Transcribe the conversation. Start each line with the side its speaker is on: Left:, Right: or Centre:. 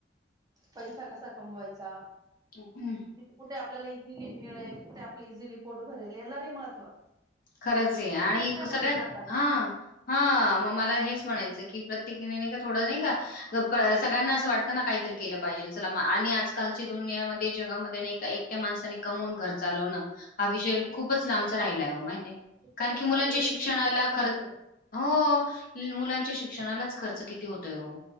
Right: पैसा कसा कमवायचा.
Left: हम्.
Right: कि कुठे आपल्याला इझिली मिळेल कुठे आपला इझिली पोट भरेल याला नाही महत्त्व.
Left: खरंच आहे आणि
Right: उलट्यामध्ये
Left: सगळ्यात
Right: जातात
Left: हा. हा मग मला हेच म्हणायचं की प्रत्येकने नाही का थोडं नाही का सगळ्यांना असं वाटतं ना काहीतरी केलं पाहिजे चला आणि आजकालची दुनियामध्ये जगामध्ये नाही का एक ट्या माणसाने कमवून घर चालवणं हा विषय
Right: खूप
Left: खूपच
Right: कठीण
Left: लांबचा राहिला आहे माहि
Right: खूप
Left: कारण
Right: कठीण
Left: की
Right: आहे
Left: मुलांच्या
Right: लेडीज
Left: शिक्षणाला
Right: नाही केलं पाहिजे.
Left: खर्च हो मुलांच्या शिक्षणालाच खर्च किती होतोय ओ.